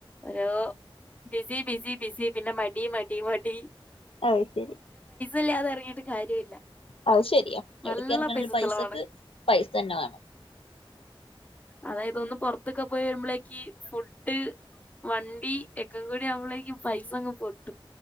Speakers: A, on the left; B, on the left.
A: ഓരോ ബിസി ബിസി ബസി പിന്നെ മടി മടി മടി
B: അ ശരി
A: ഇല്ല അത ഇറങ്ങിട്ട് കാര്യമില്ല
B: അത് ശരിയാ എവിടക്ക
A: നല്ല
B: ഇറങ്ങണ
A: പൈസ
B: പൈസക്ക്
A: ചെലവാണ്.
B: പൈസ തന്നെ വേണം
A: അതായത് ഒന്ന് പുൊറത്തൊക്കെ പോയി വരുമ്പോഴേക്ക് ഫുഡ് വണ്ടി ഒക്കും കൂടി അവളേക്ക് പൈസങ് പൊട്ട